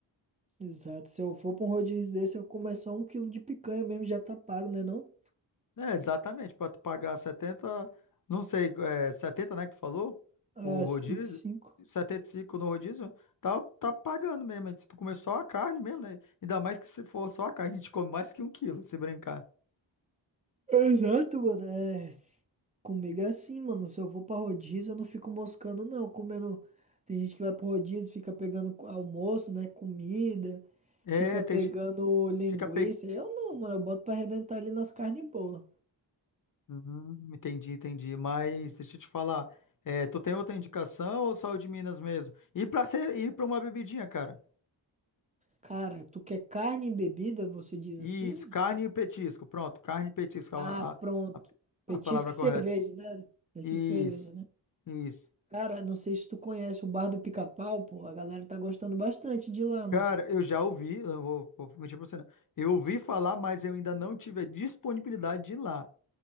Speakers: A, on the right; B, on the left.
A: Exato, se eu for pra um rodízio desse, eu comer só um quilo de picanha mesmo, já tá pago, né não?
B: É, exatamente, para tu pagar 70 não sei, é, 70, né, que tu falou?
A: É,
B: O rodízio,
A: setenta e cinco.
B: 75 no rodízio, tá, tá pagando mesmo. Se tu comer só a carne mesmo, né? Ainda mais que se for só a carne, a gente come mais que um quilo, se brincar.
A: Exato, mano, é, Comigo é assim, mano. Se eu vou pra rodízio, eu não fico moscando, não. Comendo. Tem gente que vai pro rodízio, fica pegando co- almoço, né? Comida,
B: É,
A: fica
B: entendi.
A: pegando linguiça.
B: Fica pe...
A: Eu não, mano. Eu boto pra arrebentar ali nas carnes boas.
B: Uhum, entendi, entendi. Mas deixa eu te falar, é, tu tem outra indicação ou só o de Minas mesmo? E para ser, ir para uma bebidinha, cara.
A: Cara, tu quer carne e bebida? Você diz
B: Isso,
A: assim?
B: carne e petisco. Pronto, carne e petisco,
A: Ah,
B: a, a,
A: pronto. Petisco
B: a palavra
A: e cerveja,
B: correta.
A: né? Petisco
B: Isso.
A: e cerveja, né?
B: Isso.
A: Cara, não sei se tu conhece o Bar do Pica-Pau, pô. A galera tá gostando bastante de lá, mano.
B: Cara, eu já ouvi, eu não vou, vou mentir pra você, não. Eu ouvi falar, mas eu ainda não tive a disponibilidade de ir lá.